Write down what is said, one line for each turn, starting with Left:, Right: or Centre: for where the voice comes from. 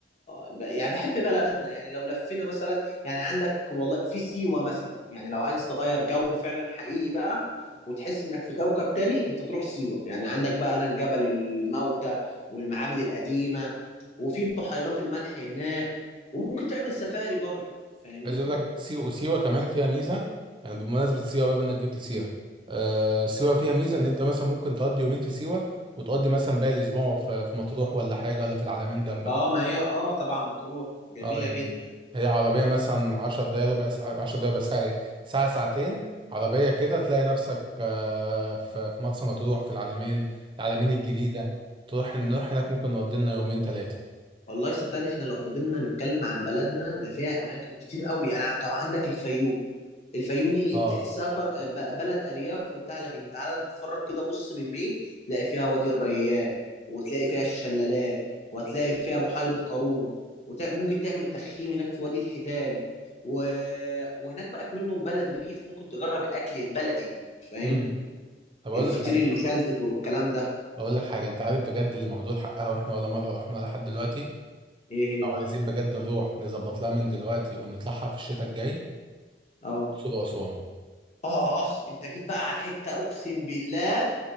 Left: ب- يعني بحب بلدنا يعني لو لفينا مثلا يعني عندك والله في سيوه مثلا يعني لو عايز تغير جو فعلا حقيقي بقى وتحس انك في كوكب تاني انت تروح سيوه يعني عندك بقى هناك جبل الموتى والمعابد القديمه وفي بحيرات الملح هناك وممكن تعمل سفاري برضو فاهمني
Right: عايز اقول لك سيوة سيوة كمان فيها ميزه يعني بمناسبه سيوة بقى انك جبت سيره آه سيوة فيها ميزه ان انت مثلا ممكن تقضي يومين في سيوة وتقضي مثلا باقي الاسبوع في, في مطروح ولا حاجه ولا في العلمين جنبك
Left: اه ما هي اه طبعا مطروح جميله
Right: اه يعني
Left: جدا
Right: هي عربيه مثلا 10 دقايق ربع ساعه 10 دقايق بس ساعه ساعة- ساعتين عربيه كده تلاقي نفسك آه في, في مرسى مطروح في العلمين العلمين الجديده تروح نروح هناك ممكن نقضي لنا يومين ثلاثه
Left: والله صدقني احنا لو فضلنا نتكلم عن بلدنا ده فيها اماكن كتير قوي يعني طبعا عندك الفيوم الفيوم دي
Right: اه
Left: تحسها كر... ب- بلد ارياف وبتاع لكن تعالى نتفرج كده بص من بعيد تلاقي فيها وادي الريان وتلاقي فيها الشلالات وهتلاقي فيها بحيرة قارون وممكن تعمل تخييم هناك في وادي الحيتان و... وهناك بقى منهم بلد ريف ممكن تجرب الاكل البلدي فاهم
Right: امم طب اقول
Left: الفطير
Right: لك حاجه
Left: المشلتت والكلام ده
Right: بقول لك حاجة انت عارف بجد اللي مهدور حقها واحنا ولا مرة رحنا لحد دلوقتي
Left: ايه هي
Right: لو
Left: بقى
Right: عايزين بجد نروح نظبط لها من دلوقتي ونطلعها في الشتاء الجاي
Left: اه
Right: الأقصر وأسوان
Left: اخ انت جيت بقى على الحتة اقسم بالله